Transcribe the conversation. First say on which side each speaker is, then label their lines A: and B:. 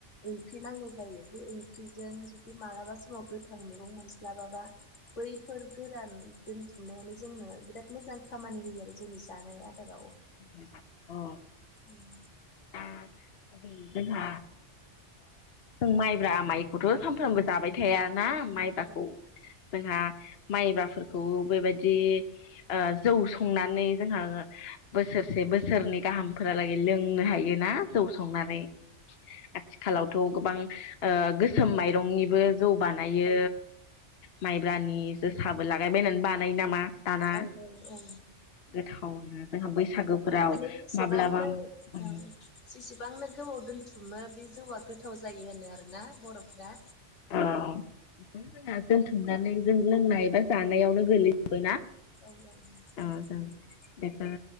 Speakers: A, on the left; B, on the left.
A: ओंख्रि नांगौ जायो बे ओंख्रिजों जुदि मालाबा समाव गोथां मैगं मोनस्लाबाबा बैफोर गोरान दोनथुमनायानो जोंनो बिराद मोजां खामानि होयो आरो जोंनि जानाय आदाराव
B: नोंथां औ
A: उम
B: दा गुबै जोंहा जों माइब्रा माइखौथ' सानफ्रोमबो जाबाय थायाना
A: औ
B: माइबाखौ
A: औ
B: जोंहा माइब्राफोरखौ बेबायदि जौ संनानै जोंहा बोसोरसे बोसो सोरनि गाहामफोरालागै लोंनो हायोना जौ संनानै आथिखालावथ' गोबां ओ गोसोम माइरंनि बो जौ बानायो माइब्रानि जोसा बो लागायबायनानै बानायो नामा दाना
A: औ औ औ
B: गोथावनो जोंहा बैसागोफोराव
A: माने जसेबांनो
B: माब्लाबा ओ
A: औ जेसेबांनो गोबाव दोनथुमो बे जौआ गोथाव जायो होनो आरोना बर'फोरा
B: <unintelligible> बेखौ जोंना दोनथुमनानै जों लोंनाय बा जानायावनो गोलैजोबो ना
A: औ औ <inaudible>
B: ओ जों बेफोर